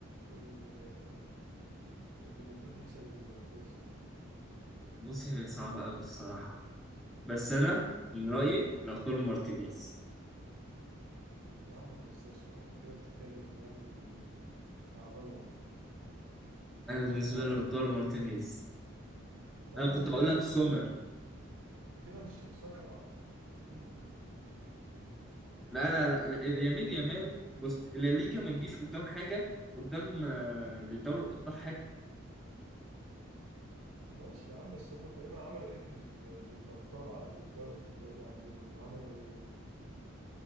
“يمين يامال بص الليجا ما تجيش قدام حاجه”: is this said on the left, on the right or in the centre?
Centre